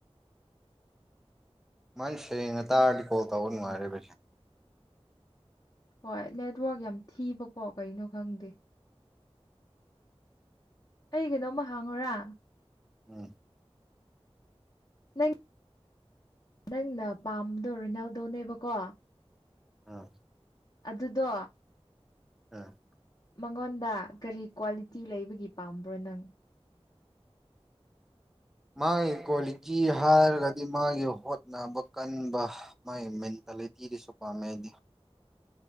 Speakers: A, in the centre; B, on the left (about 40°).
A: ꯃꯥꯥꯏ ꯁꯦꯡꯅ ꯇꯥꯔꯗꯤ ꯀꯣꯜ ꯇꯧꯕ ꯅꯨꯡꯉꯥꯏꯔꯔꯤꯕꯁꯦ
B: ꯍꯣꯏ ꯅꯦꯠꯋꯛ ꯌꯥꯝ ꯊꯤꯕꯀꯣ ꯀꯩꯅꯣ ꯈꯪꯗꯦ ꯑꯩ ꯀꯩꯅꯣꯝꯃ ꯍꯥꯡꯉꯨꯔꯥ
A: ꯎꯝ <unintelligible> <inaudible>
B: ꯅꯪ ꯅꯪꯅ ꯄꯥꯝꯕꯗꯣ ꯔꯤꯅꯥꯜꯗꯣꯅꯦꯕꯀꯣ
A: ꯑꯥ
B: ꯑꯗꯨꯗꯣ
A: ꯑꯝ
B: ꯃꯉꯣꯟꯗ ꯀꯔꯤ ꯀ꯭ꯋꯥꯂꯤꯇꯤ ꯂꯩꯕꯒꯤ ꯄꯥꯝꯕ꯭ꯔꯣ ꯅꯪ
A: ꯃꯥꯒꯤ ꯀ꯭ꯋꯥꯂꯤꯇꯤ ꯍꯥꯏꯔꯒꯗꯤ ꯃꯥꯒꯤ ꯍꯣꯠꯅꯕ ꯀꯟꯕ ꯃꯥꯏ ꯃꯇ ꯂꯩꯦꯇꯤꯔꯤꯁꯨꯣꯄꯝꯃꯦꯗꯤ